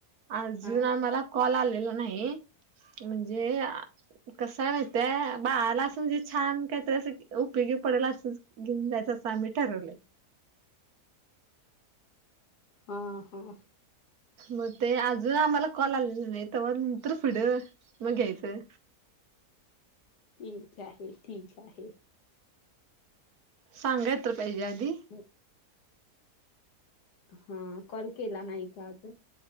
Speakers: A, on the right; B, on the left.
A: अजून
B: हा
A: आम्हाला कॉल आलेला नाही. म्हणजे. कसय माहितय बाळाला असं म्हणजे छान कायत असं उपयोगी पडेल असंच. घेऊन जायचं सा ठरवले.
B: हां हां.
A: म ते अजून आम्हाला कॉल आलेला नाही तेव्हा नंतर पुढं मग घ्यायचं.
B: ठीक आहे ठीक आहे.
A: सांगायचं होत हजय आधी.
B: हो. हा कॉल केला नाही का आता?